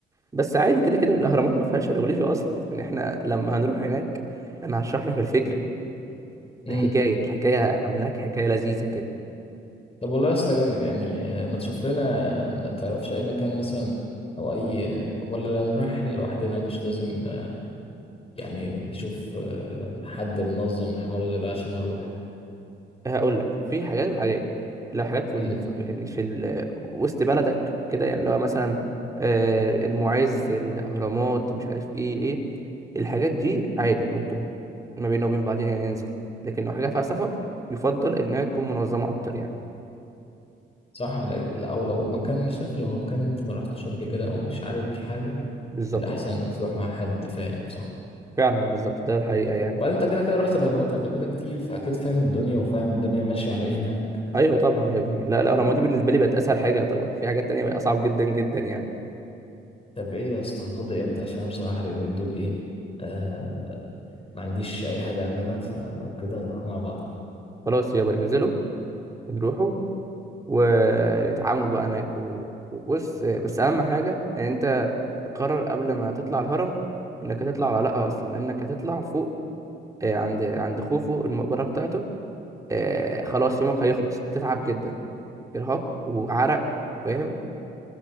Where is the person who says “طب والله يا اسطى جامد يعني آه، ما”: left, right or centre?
Left